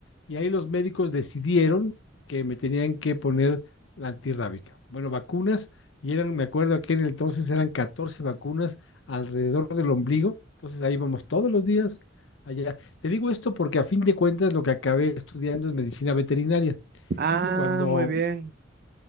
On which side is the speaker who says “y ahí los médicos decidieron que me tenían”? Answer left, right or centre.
Left